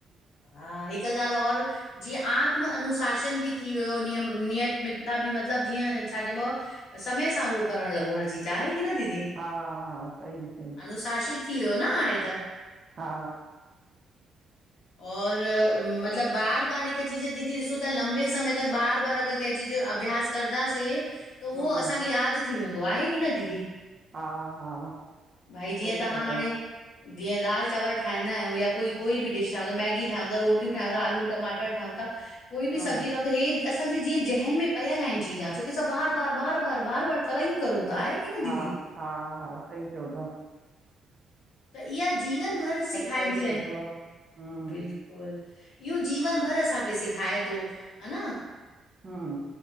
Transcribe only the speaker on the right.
हा हा सही सही
हा
हम्म,
हा, हा,
सही
था
चओ।
हम्म,
हा -हा हा सही चओ ता।
करे
वठदो आ। हम्म,
हूं